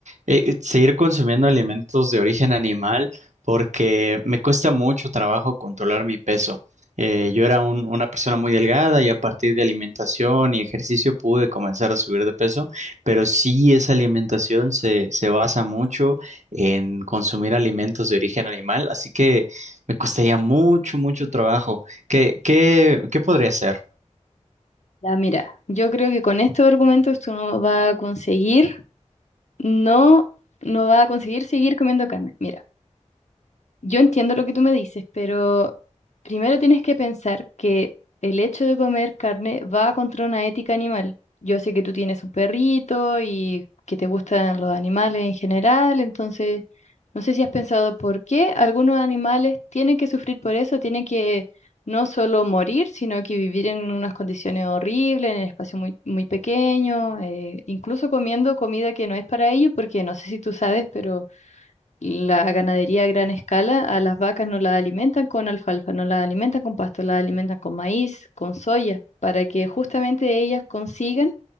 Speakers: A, on the right (about 70°); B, on the left (about 65°).
A: eh, seguir consumiendo alimentos de origen animal porque me cuesta mucho trabajo controlar mi peso. Eh, yo era un- una persona muy delgada y a partir de alimentación y ejercicio pude comenzar a subir de peso, pero sí esa alimentación se, se basa mucho en consumir alimentos de origen animal, así que me costaría mucho, mucho trabajo. ¿Qué, qué, qué podría hacer?
B: Ya, mira, yo creo que con estos argumentos tú no vas a conseguir, no, no vas a conseguir seguir comiendo carne. Mira. Yo entiendo lo que tú me dices, pero primero tienes que pensar que el hecho de comer carne va contra una ética animal. Yo sé que tú tienes un perrito y que te gustan los animales en general, entonces no sé si has pensado por qué algunos animales tienen que sufrir por eso, tienen que no solo morir, sino que vivir en unas condiciones horribles, en espacios muy, muy pequeños, eh, incluso comiendo comida que no es para ellos, porque no sé si tú sabes, pero la ganadería a gran escala, a las vacas no las alimentan con alfalfa, no las alimentan con pasto, las alimentan con maíz, con soya, para que justamente ellas consigan